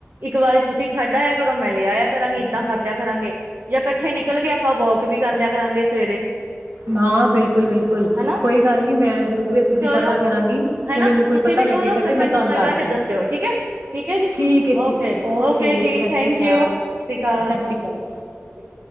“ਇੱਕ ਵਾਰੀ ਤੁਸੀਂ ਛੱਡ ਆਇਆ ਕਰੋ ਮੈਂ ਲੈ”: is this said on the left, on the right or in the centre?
Right